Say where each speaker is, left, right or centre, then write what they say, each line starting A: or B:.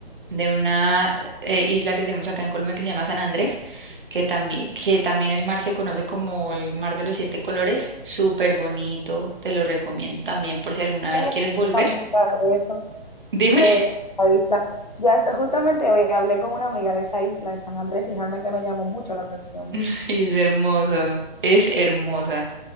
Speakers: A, on the right; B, on the left.
A: de una eh, isla que tenemos acá en Colombia que se llama San Andrés, que también, que también el mar se conoce como el mar de los siete colores, súper bonito, te lo recomiendo también por si alguna
B: Hola,
A: vez quieres volver.
B: amiga de eso,
A: Dime,
B: de la isla. Ya hasta- justamente hoy hablé con una amiga de esa isla de San Andrés y realmente me llamó mucho la atención.
A: <laughs> y es hermoso, es hermosa.